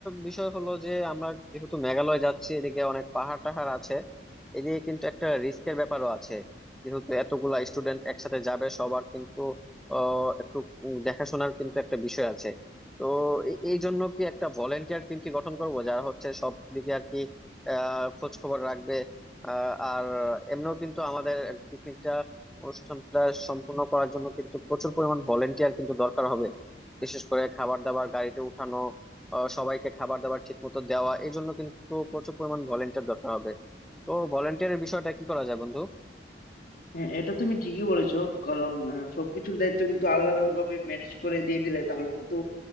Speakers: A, in the centre; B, on the left.
A: বিষয় হলো যে আমরা যেহেতু মেঘালয় যাচ্ছি এদিকে অনেক পাহাড় টাহাড় আছে এদিকে কিন্তু একটা রিস্কের ব্যাপারও আছে যেহেতু এতগুলা স্টুডেন্ট একসাথে যাবে সবার কিন্তু আহ, একটু উম, দেখাশোনার কিন্তু একটা বিষয় আছে তো এ- এই জন্য কি একটা ভলেন্টিয়ার টিম কি গঠন করবো যারা হচ্ছে সব দিকে আর কি আহ খোঁজ খবর রাখবে আহ, আর এমনিও কিন্তু আমাদের পিকনিকটা অনুষ্ঠানটা সম্পূর্ণ করার জন্য কিন্তু প্রচুর পরিমাণ ভলেন্টিয়ার কিন্তু দরকার হবে বিশেষ করে খাবার দাবার গাড়িতে উঠানো আহ, সবাইকে খাবার দাবার ঠিক মতো দেওয়া এই জন্য কিন্তু প্রচুর পরিমাণ ভলেন্টিয়ার দরকার হবে তো ভলেন্টিয়ারের বিষয়টা কি করা যায় বন্ধু
B: হ্যাঁ এটা তুমি ঠিকই বলেছো কারণ আহ, সবকিছুর দায়িত্ব কিন্তু আলাদা আলাদা ভাবে ম্যানেজ করে দিয়ে দিলে তাহলে কিন্তু